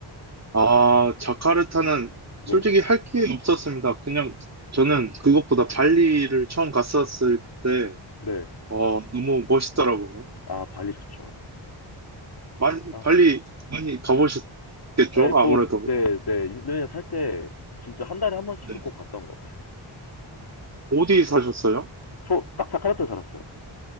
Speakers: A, on the right (about 35°); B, on the left (about 50°).
A: 아, 자카르타는 솔직히
B: 네.
A: 할 게 없었습니다. 그냥 저는 그것보다 발리를 처음 갔었을 때,
B: 네.
A: 어, 너무 멋있더라고요.
B: 아, 발리 좋죠.
A: 많이,
B: 아,
A: 발리 많이 가보셨겠죠?
B: 네,
A: 아무래도.
B: 저, 네, 네. 인도네시아 살 때 진짜 한 달에 한 번씩은
A: 네.
B: 꼭 갔던 것 같아요.
A: 어디 사셨어요?
B: 저 딱 자카르타에 살았어요.